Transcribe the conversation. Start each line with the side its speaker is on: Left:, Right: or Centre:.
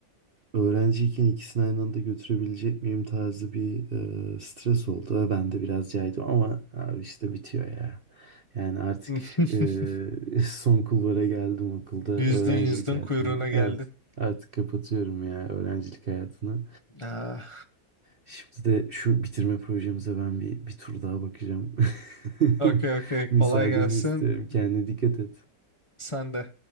Right: Öğrenciyken ikisini aynı anda götürebilecek miyim tarzı bir e, stres oldu. ve Ben de biraz caydım ama abi işte bitiyor ya. Yani artık
Left: <laughs>
Right: e, <laughs> son kulvara geldim okulda öğrencilik
Left: Yüzdün yüzdün
Right: hayatına.
Left: kuyruğuna geldin.
Right: Evet artık kapatıyorum ya öğrencilik hayatını.
Left: Ah,
Right: Şimdi de şu bitirme projemize ben bir, bir tur daha bakacağım. <laughs>
Left: okey okey kolay
Right: Müsaadeni
Left: gelsin.
Right: istiyorum. Kendine dikkat et.
Left: Sen de.